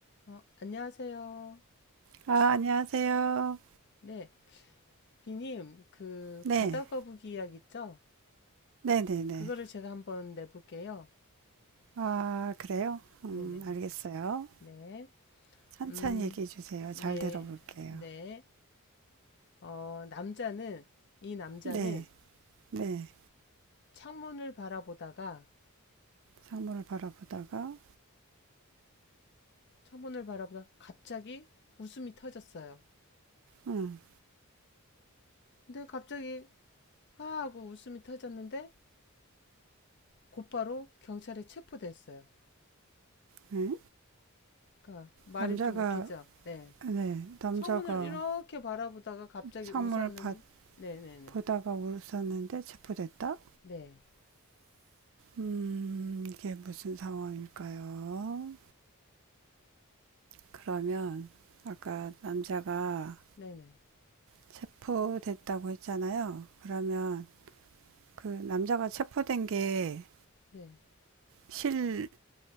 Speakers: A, on the left; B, on the right.
A: 어, 안녕하세요.
B: 아, 안녕하세요.
A: 네, 비님, 그
B: 네,
A: 바다 거북이 이야기 있죠?
B: 네네네.
A: 그거를 제가 한번 내볼게요.
B: 아, 그래요? 음,
A: 네네,
B: 알겠어요.
A: 네,
B: 천천히
A: 음,
B: 얘기해 주세요.
A: 네,
B: 잘 들어볼게요.
A: 네. 어, 남자는 이 남자는
B: 네, 네.
A: 창문을 바라보다가
B: 상물을 바라보다가,
A: 창문을 바라보다 갑자기 웃음이 터졌어요.
B: 음,
A: 근데 갑자기 아 하고 웃음이 터졌는데 곧바로 경찰에 체포됐어요.
B: 네.
A: 그러니까 말이
B: 남자가,
A: 좀 웃기죠? 네.
B: 네, 남자가
A: 창문을 이렇게 바라보다가 갑자기
B: 상물을
A: 웃었는
B: 봐-
A: 네네네
B: 보다가 울었었는데 체포됐다?
A: 네
B: 음, 이게 무슨 상황일까요? 그러면, 아까 남자가
A: 네네
B: 체포됐다고 했잖아요. 그러면, 그 남자가 체포된 게
A: 네네어
B: 실내